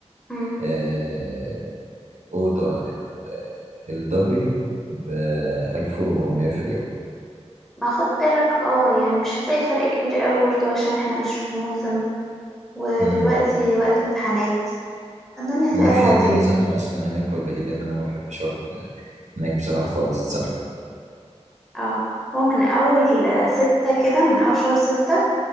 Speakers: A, in the centre; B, on the right.
A: مم.
B: آه الأوضة ال- الدبل ب 1400 في
A: ما خد بالك اه يعني مش هتلاقي فرق كبير قوي برضو عشان احنا مش في موسم ودلوقتي
B: اليوم
A: وقت امتحانات الدنيا هتلاقيها
B: ما اعرفش هي
A: هادية
B: الدنيا زحمه اصلا هناك ولا ايه لان انا ما بحبش اروح هناك بصراحه في وقت الزحمه
A: اه هو من أول آه، ستة كده من أول شهر ستة